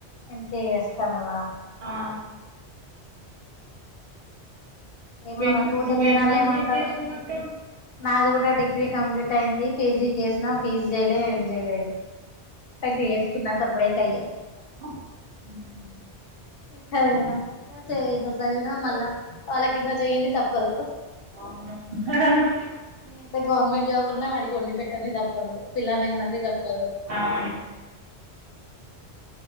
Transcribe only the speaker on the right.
ఆ
నువ్వేం
నువ్వేం
కంప్లీట్
చేసినావు అక్క
హ్మ్
అవును
అవును